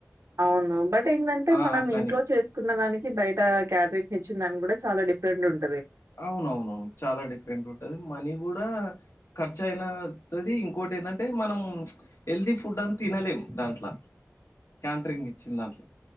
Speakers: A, on the right; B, on the left.
A: అవును బట్ ఎందంటే
B: ఆ
A: మనం
B: అట్లని
A: ఇంట్లో చేసుకున్న దానికి బయట క్యాటరట్ ని ఇచ్చిన దానికి కూడా చాల డిఫరెంట్ ఉన్
B: అవునవునవును చాలా డిఫరెంట్ ఉంటది మనీ కూడా ఖర్చు అయినా తది ఇంకోటి ఏందంటే మనం హెల్తీ ఫుడ్ అని తినలేం దాంట్ల క్యాంటరింగ్ ఇచ్చిన్ దాంట్ల